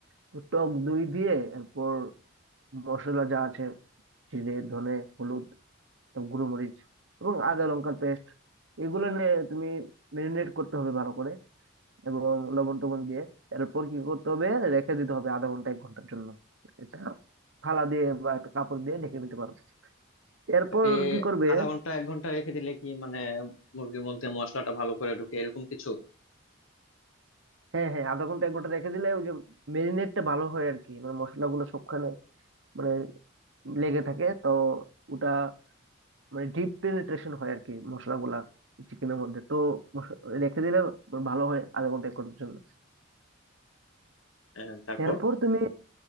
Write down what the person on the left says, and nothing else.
এ
আধা ঘন্টা এক ঘন্টা রেখে দিলে কি মানে মুরগির মধ্যে মশলাটা ভালো করে ঢুকে এরকম কিছু
আহ, তারপর